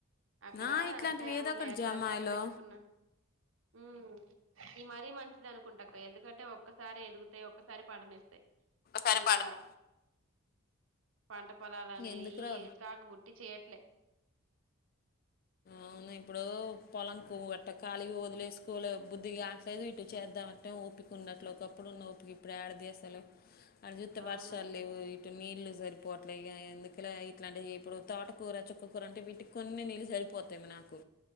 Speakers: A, on the right; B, on the left.
A: అక్కడ
B: ఆ ఇట్లాంటివి
A: తేమ
B: ఏదో ఒకటి
A: లేక
B: జామాయిలో
A: తడిబెట్టుకున్నా హు ఇది మరీ మంచిది అనుకుంటాక్క ఎందుకంటే ఒక్కసారే ఎదుగు తే ఒక్కసారే పంటనిస్తాయి
B: సరిపడదు
A: ఇక పంట పొలాలనే
B: ఎందుకురా
A: చికాగుబుట్టి చేయట్లే
B: అవును ఇప్పుడు పొలంకువట్ట కాలి వదిలేసుకలే బుద్ధిగా కావట్లేదు ఇటు చేద్దాంమంటే ఓపిక ఉండట్లే ఒకప్పుడు ఉన్న ఓపిక ఇప్పుడు ఏడదసలు అటు చూస్తే
A: అవునక్క
B: వర్షాలు లేవు ఇటు నీళ్ళు సరిపోవట్లే ఇక ఎందుకలా ఇలాంటి ఇప్పుడు తోటకూర చుక్కకూర అంట వటికి కొన్ని నీళ్ళు సరిపో పోతేమ నాకు